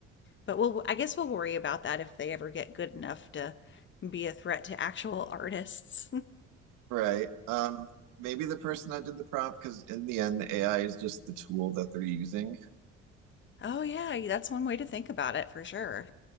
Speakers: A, on the left (about 35°); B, on the right (about 65°).
A: But we'll, I guess we'll worry about that if they ever get good enough to be a threat to actual <laughs> artists.
B: Right. Um, maybe the person that did the prompt, because in the end, the AI is just the tool that they're using.
A: Oh yeah, that's one way to think about it for sure.